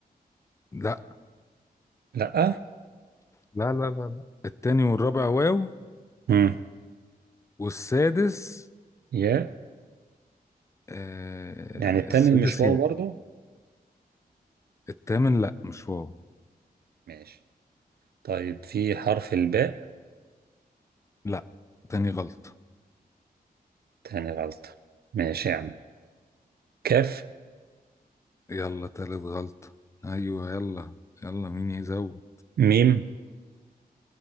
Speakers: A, on the left; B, on the right.
A: لا
B: لا
A: لا لا لا لا التاني والرابع واو
B: امم
A: والسادس
B: يا
A: آه
B: يعني التامن
A: السادس
B: مش واو
A: ياء
B: برضو
A: التامن لا مش واو
B: ماشي طيب في حرف الباء
A: لا تاني غلطة
B: تاني غلطة ماشي يا عم كاف
A: يلا تالت غلطة أيوة يلا يلا مين يزود
B: ميم